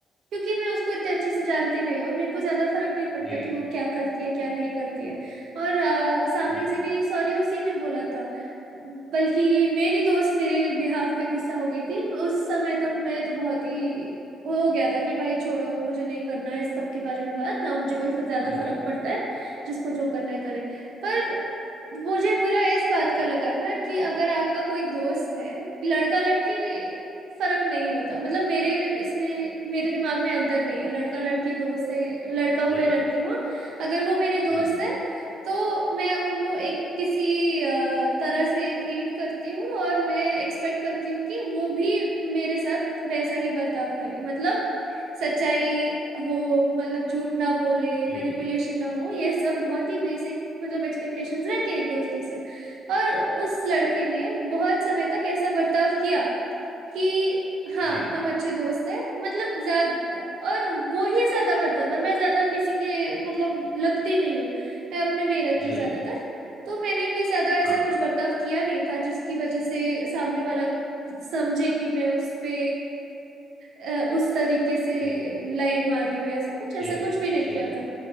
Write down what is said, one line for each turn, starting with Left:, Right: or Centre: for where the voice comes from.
Right: क्योंकि मैं उसको इतने अच्छे से जानती नहीं हूँ मेरे को ज्यादा फर्क नहीं पड़ता
Centre: जी
Right: कि वो क्या करती है क्या नहीं करती है और अ, सामने
Centre: जी
Right: से भी सॉरी उसी ने बोला था बल्कि मेरी दोस्त मेरे बिहाफ पे गुस्सा हो गई थी उस समय तक मैं तो बहुत ही हो गया था कि भाई छोड़ो अब मुझे नहीं करना है इस सब के बारे में बात ना मुझे कोई ज्यादा
Centre: ठीक
Right: फर्क
Centre: है
Right: पड़ता है जिसको जो करना है करे पर मुझे बुरा इस बात का लगा ना कि अगर आपका कोई दोस्त है लड़का लड़की फर्क नहीं होता मतलब मेरे इसमें मेरे दिमाग में अंतर नहीं है लड़का लड़की दोस्त है लड़का हो
Centre: जी
Right: या लड़की हो अगर वो मेरे दोस्त
Centre: जी
Right: है तो मैं उनको एक किसी अ, तरह से ट्रीट करती हूँ और मैं एक्सपेक्ट करती हूँ कि वो भी मेरे साथ वैसा ही बर्ताव करे मतलब सच्चाई हो मतलब झूठ ना बोले मैनिपुलेशन
Centre: जी
Right: ना हो ये सब बहुत ही बेसिक मतलब एक्सपेक्टेशंस रहती है एक दोस्ती से और उस लड़के ने बहुत समय तक ऐसा बर्ताव किया कि हाँ
Centre: जी
Right: हम अच्छे दोस्त हैं मतलब ज्यादा और वो ही ज्यादा करता था मैं ज्यादा किसी के मतलब लगती नहीं हूँ मैं अपने में ही रहती
Centre: जी
Right: हूँ ज्यादातर
Centre: जी
Right: तो मैंने भी ज्यादा ऐसा
Centre: हाँ
Right: कुछ बर्ताव किया नहीं था जिसकी वजह से सामने वाला समझे कि मैं उस पे अ, उस तरीके से
Centre: जी
Right: लाइन मारी हो या ऐसा कुछ ऐसा
Centre: देखिए
Right: कुछ भी नहीं
Centre: जी
Right: किया था